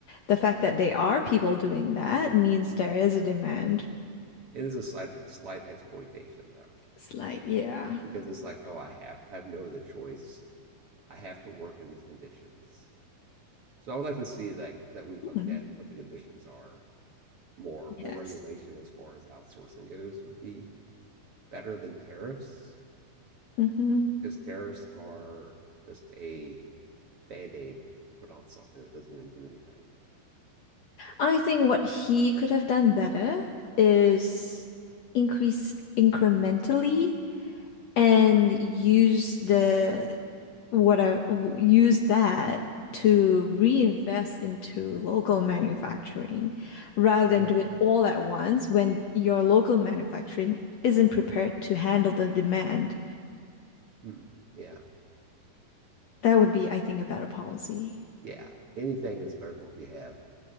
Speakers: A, on the left; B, on the right.
A: the fact that they are people doing that means
B: Mhm.
A: there is a demand.
B: It is a slight slight exploitation though,
A: It's like, yeah.
B: because it's like, oh, I have I have no other choice. I have to work in these conditions. So I would like to see that that we looked
A: Hmm.
B: at what the conditions are more more
A: Yes.
B: regulation as far as outsourcing goes would be better than tariffs
A: Mm-hmm.
B: because tariffs are just a band aid to put on something that doesn't even do anything. Right.
A: I think what he could have done better is increase incrementally and use the what a, w- use that to reinvest into local manufacturing rather than
B: Right.
A: do it all at once when your local manufacturing isn't prepared to handle the demand.
B: Hmm. Yeah, that's
A: That
B: true.
A: would be, I think, a better policy.
B: Yeah, anything that's better than what we have